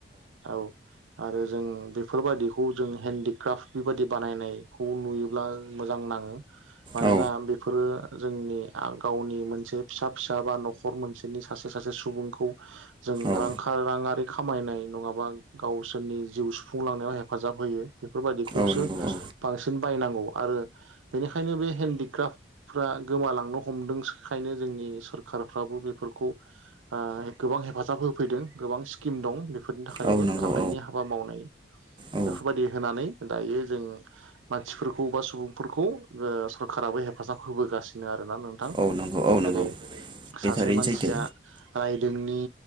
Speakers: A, on the right; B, on the right.
A: औ आरो जों बेफोरबायाददिखौ जों हेन्डिक्राफ्ट बेबायदि बानायनायखौ नुयोब्ला मोजां नाङो। मानोना
B: औ
A: बेफोरो जोंनि गावनि मोनसे फिसा फिसा बा नखर मोनसेनि सासे सासे सुबुंखौ जों
B: औ
A: रां राङारि खामायनाय नङाबा गावसोरनि जिउ सुफुंलांनायाव हेफाजाब होयो। बेफोरबायाददिखौसो
B: औ नंगौ औ
A: बांसिन बायनांगौ आरो बेनिखायनो बे हेन्डक्राफ्टफ्रा गोमालांनो हमदों सोखायनो। जोंनि सरखारारफ्राबो बेफोरखौ ओ गोबां हेफाजाब होफैदों गोबां स्किम दं। बे बेफोरनि थाखायबो
B: औ नंगौ
A: आखाइनि
B: औ
A: हाबा मावनाय
B: औ
A: बेफोरबायाददि होनानै दायो जों मानसिफोरखौ बा सुबुंफोरखौ सरखाराबो हेफाजाब होबोगासिनो आरो। ना नोंथां?
B: औ नंगौ औ नंगौ
A: जेरै
B: बे
A: सासे
B: थारैनो
A: मानसिया
B: सैथो
A: रायदोंनि